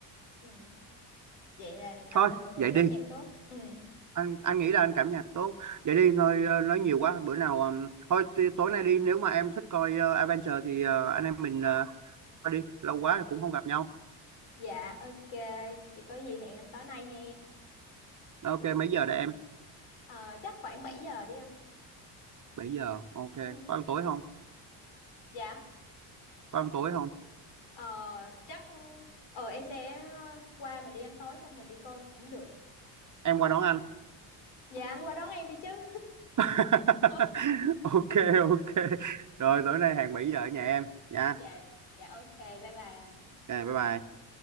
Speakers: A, on the left; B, on the right.
A: Ừ. vậy là anh
B: thôi
A: là một người
B: vậy
A: cảm
B: đi
A: nhạc tốt ừ.
B: anh anh nghĩ là anh cảm nhạc tốt vậy đi thôi ờ, nói nhiều quá bữa nào ờm, thôi t- tối nay đi nếu mà em thích coi uh, Adventure thì ờ, anh em mình ờ, coi đi lâu quá rồi cũng không gặp nhau
A: dạ ok vậy có gì hẹn anh tối nay he
B: ok mấy giờ đây em
A: Ờ, chắc khoảng 7 giờ đi anh
B: bảy giờ ok
A: ừ.
B: có ăn tối không
A: dạ
B: có ăn tối không
A: ờ, chắc ờ em sẽ qua mình đi ăn tối xong mình đi coi cũng được
B: em qua đón anh
A: Dạ anh qua đón em đi chứ.
B: <laughs>
A: <laughs>
B: ok ok rồi tối nay hàng 7 giờ ở nhà em nha
A: dạ dạ ok bye bye anh
B: ok bye bye